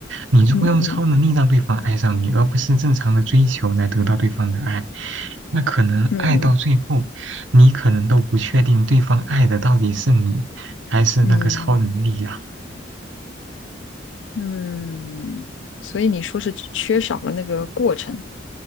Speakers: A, on the right (about 85°); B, on the left (about 80°).
A: 你如果用超能力让对方爱上你，
B: 嗯嗯
A: 而不是正常的追求来得到对方的爱，那可能爱到最后，
B: 嗯
A: 你可能都不确定对方爱的到底是你还是那个超能力呀、
B: 嗯嗯嗯，所以你说是缺少了那个过程，